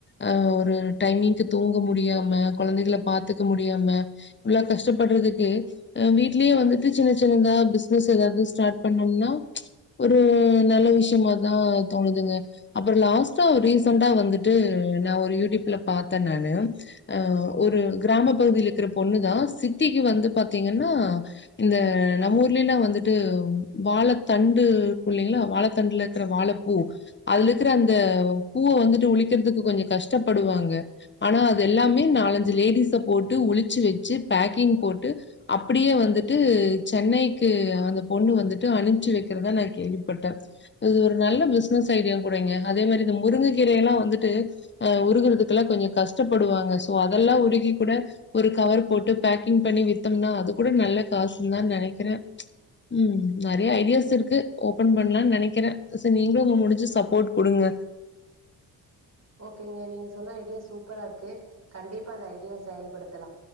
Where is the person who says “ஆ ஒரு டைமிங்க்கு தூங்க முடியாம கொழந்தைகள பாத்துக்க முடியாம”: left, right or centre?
Left